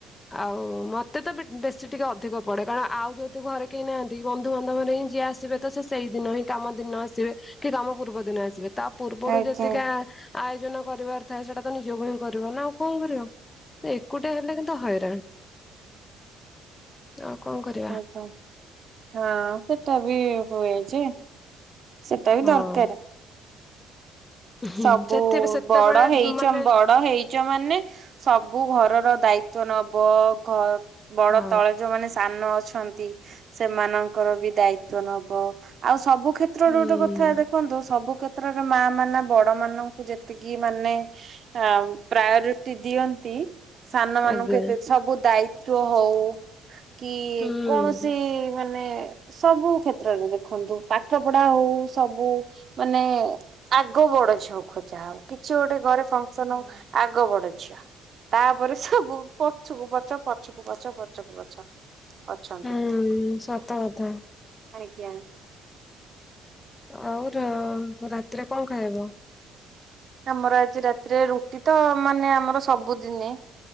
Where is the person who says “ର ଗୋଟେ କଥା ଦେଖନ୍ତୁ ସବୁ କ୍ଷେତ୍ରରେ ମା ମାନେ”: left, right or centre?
Right